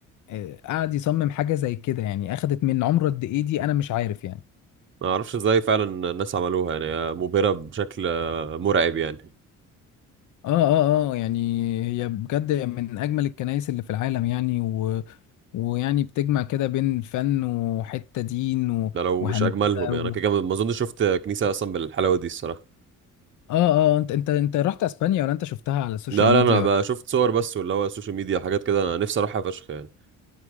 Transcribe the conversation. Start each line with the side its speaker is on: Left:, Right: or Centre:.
Left: آه، قعد يصمم حاجة زي كده يعني أخدت من عمره قد إيه دي أنا مش عارف يعني
Right: ما اعرفش ازاي فعلا الناس عملوها يعني هي مبهرة بشكل آه، مرعب يعني
Left: آه آه آه يعني هي بجد من أجمل الكنائس اللي في العالم يعني و... ويعني بتجمع كده بين فن وحتة دين و...
Right: ده لو
Left: وهندسة
Right: مش اجملهم يعني
Left: و...
Right: انا كده كده ما اظنش شفت كنيسة اصلا بالحلاوة دي الصراحة
Left: آه آه أنت أنت أنت رحت أسبانيا ولا أنت شفتها على السوشيال
Right: لا
Left: ميديا
Right: لا انا بقى شفت صور بس واللي هو السوشيال ميديا حاجات كده انا نفسي اروحها فشخ يعني